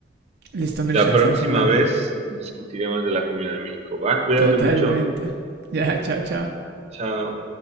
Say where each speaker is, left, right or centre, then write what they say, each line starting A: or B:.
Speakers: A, on the right; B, on the right.
A: Listo, Mircha,
B: La próxima
A: estamos hablando.
B: vez discutiremos de la comida de México. Va, cuídate
A: Totalmente.
B: mucho.
A: Ya, chao, chao.
B: Chao.